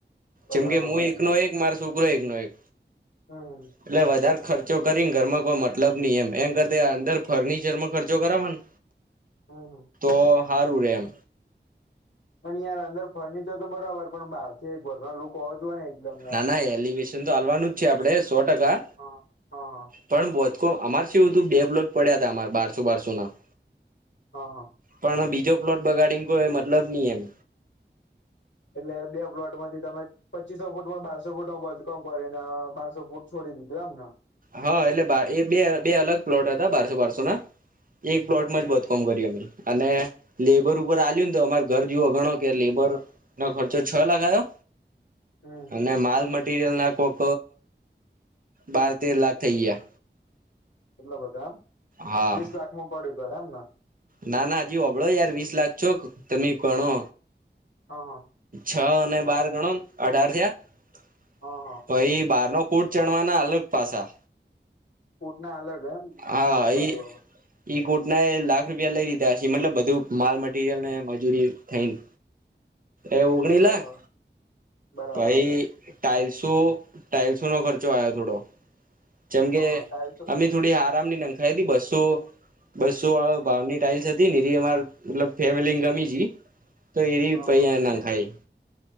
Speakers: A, on the left; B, on the right.
A: બરાબર
B: જેમકે હું,
A: બરાબર
B: એક નો એક મારો છોકરો એક નો એક
A: હમ હમ
B: એટલે વધારે ખર્ચો કરીને ઘરમાં કોઈ, મતલબ નહી, એમ એના કરતા અંદર ફર્નિચરમા ખર્ચો કરાવવાનો
A: હમ હમ
B: તો સારું રે એમ
A: પણ યાર અંદર ફર્નિચર, તો બરાબર પણ બાર થી. એક ઘરનો લુક હોવુ જોહોય ને એકદમ યાર
B: ના ના એલિવેશન તો હાલવાનું જ છે, આપડે સો ટકા
A: હા હા હા
B: પણ બોધકામ અમાર શું હતું, બે પલોટ પડ્યા હતા, અમારા બારસો બારસો ના
A: હા
B: પણ બીજો પ્લોટ બગાડીને કોઈ, મતલબ નહી, એમ
A: એટલે બે પ્લોટમાંથી તમે પચીસો ફૂટમા બારસો, ફૂટ ન બદકમ કરીને બારસો ફૂટ છોડી <unintelligible> ના.
B: હા, એટલે એ બે બે અલગ પ્લોટ હતા, બારસો બારસો ના એક પ્લોટમા
A: હમ હમ
B: જ બદકમ કરી્યું, અમે અને લેબર ઉપર આ્યુંને, તો અમારે ઘર જોવો ઘણો કે લેબર ન ખર્ચો છ, લાખ આવ્યો
A: હમ
B: અને માલ મટીરિયલના કોક, બાર તેર લાખ થઈ, ગયા.
A: એટલો, બધ એમ
B: હા
A: વીસ લાખમાં પડ્યું ઘ એમને
B: ના ના હજી, હોબળો યાર વીસ લાખ, છોક તમે કોણો
A: હા, હ
B: છ, અને બાર ગણો અઢાર થયા પછ,
A: હ હ
B: બાર નો કોૂટ ચડવાના, અલગ પાસા
A: કૂટના અલગ,
B: હા
A: હમ બરાબબર.
B: એ ઈ કોટના, એ લાખ રૂપિયા લઈ, લીધાશે મતલબ બધું માલ મટીરિયલ ને મજૂરી થઈને. એ ઓગણી લાખ,
A: હ બરાબર
B: ભાઈ. ટાઈલ્સો ટાાઈલ્સો નો ખર્ચો આયો થોડો જેમ
A: હ
B: કે
A: હ ટાઇલ્સો
B: અમે થોડી હા રામની નંખાઈ હતી બસો બસો વાળ ની ટાઈલ્સ હતી ની જે અમાર મતલબ ફેમેલી ને ગમીતી તો એઈ
A: હ હ
B: પહયા નખાય